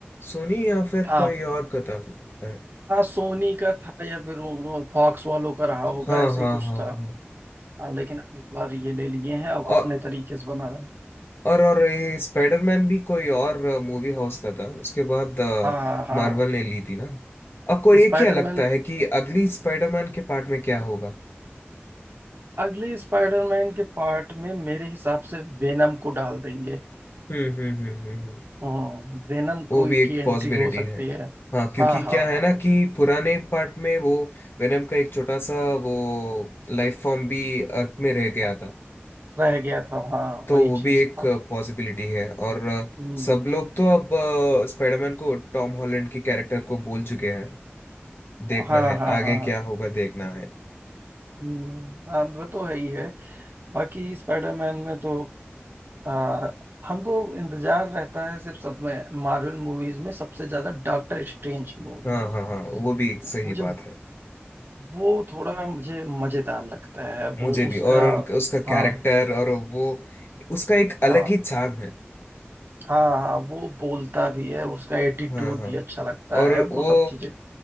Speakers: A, on the left; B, on the right.
A: सोनी या फिर
B: हाँ
A: कोई और का था लगता है
B: हाँ सोनी का था या फिर फॉक्स वालों का रहा होगा
A: हाँ
B: ऐसा
A: हाँ
B: ही कुछ
A: हाँ
B: था
A: हाँ।
B: हाँ, लेकिन अब इस बार ये ले लिए हैं अब
A: और
B: अपने तरीके से बना रहे हैं
A: और और ये स्पाइडरमैन भी कोई और मूवी हाउस का था उसके बाद
B: हाँ हाँ
A: मार्वल ने ली थी ना आपको ये
B: स्पाइडरमैन
A: क्या लगता है कि अगली स्पाइडरमैन के पार्ट में क्या होगा
B: अगले स्पाइडरमैन के पार्ट में मेरे हिसाब से वेनम को डाल देंगे
A: हम्म हम्म हम्म हम्म हम्म।
B: हम्म वेनम
A: वो
B: को
A: भी एक
B: की एंट्री
A: पॉसिबिलिटी
B: हो सकती
A: है
B: है
A: हाँ क्योंकि
B: हाँ हाँ
A: क्या है
B: हाँ
A: ना कि पुराने पार्ट में वो वेनम का एक छोटा सा वो लाइफ फॉर्म भी अर्थ में रह गया
B: हाँ,
A: था
B: रह गया था हाँ
A: तो
B: वही
A: वो
B: चीज
A: भी एक
B: अब
A: पॉसिबिलिटी है और अ,
B: हम्म
A: सब लोग तो अब अ, स्पाइडरमैन को टॉम हॉलैंड की कैरेक्टर को बोल चुके हैं देखना
B: हाँ
A: है
B: हाँ
A: आगे
B: हाँ
A: क्या
B: हाँ,
A: होगा देखना है
B: हम्म हाँ वो तो है ही है बाकी स्पाइडरमैन में तो आ, हमको इंतजार रहता है सिर्फ सब मार्वल मूवीज में सबसे ज्यादा डॉक्टर स्ट्रेंज की मूवी
A: हाँ
B: का
A: हाँ हाँ वो भी एक सही
B: मुझे
A: बात है
B: वो थोड़ा मुझे मजेदार लगता है वो
A: मुझे
B: उसका
A: भी और उनका उसका
B: हाँ
A: कैरेक्टर और वो उसका एक अलग
B: हाँ
A: ही चार्म है
B: हाँ हाँ वो बोलता भी है उसका एटीट्यूड
A: हाँ हाँ
B: भी अच्छा लगता
A: और
B: है वो
A: वो
B: सब चीजें